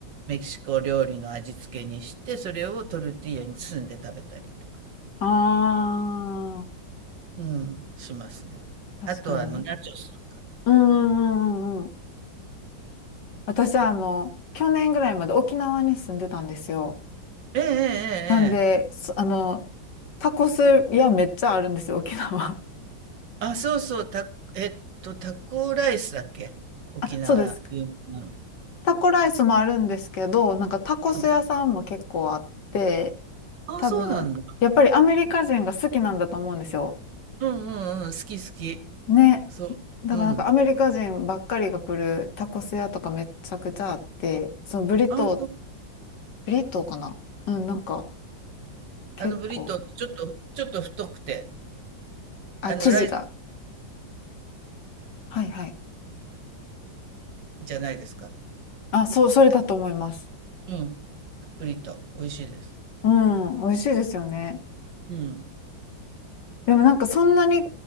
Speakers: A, on the right (about 65°); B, on the left (about 65°).
A: メキシコ料理の味付けにして、それをトルティーヤに包んで食べたりとか、
B: あ
A: うん、しますね。
B: あ、
A: あとは、
B: 確かに。
A: あの、ナチョスとか。
B: うんうんうんうんうん。私はあの、去年ぐらいまで沖縄に住んでたんですよ。
A: ええええ
B: なんで、
A: ええ。
B: そあの、タコス屋めっちゃあるんですよ、沖縄。
A: あ、そうそう、た、えっと、タコライスだっけ沖縄有名なの。
B: <laughs> あ、そうです。タコライスもあるんですけど、なんかタコス屋さんも結構あって、
A: うんあ、
B: 多分、
A: そうなんだ。
B: やっぱりアメリカ人が好きなんだと思うんですよ。
A: うんうんうん、好き好き。
B: ね。
A: そう。
B: だからなんかアメリカ人ばっかりが来るタコス屋とかめちゃくちゃあって、
A: うん。
B: そのブリトー、
A: あ、そう。
B: ブリトーかなうん、なんか結構、
A: あの、ブリトー、ちょっと、ちょっと太くて、
B: あ、
A: あの、
B: 生地が。
A: ライス
B: はいはい。
A: じゃないですか。
B: あ、そう、それだと思います。
A: うん。ブリトー、美味しいです。
B: うん、美味しいですよね。
A: うん。
B: でもなんかそんなに、